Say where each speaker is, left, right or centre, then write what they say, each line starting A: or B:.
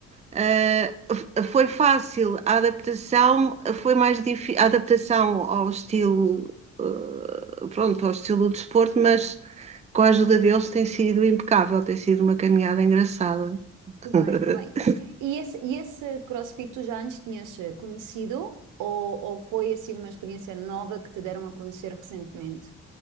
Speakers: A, on the right; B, on the right.
A: eh, f- foi fácil. A adaptação foi mais difícil, a adaptação ao estilo, eh, pronto, ao estilo do desporto, mas com a ajuda deles tem sido impecável, tem sido uma caminhada engraçada.
B: Que bem,
A: <laughs>
B: que bem. E esse, e esse CrossFit tu já antes tinhas eh, conhecido ou, ou foi assim uma experiência nova que te deram a conhecer recentemente?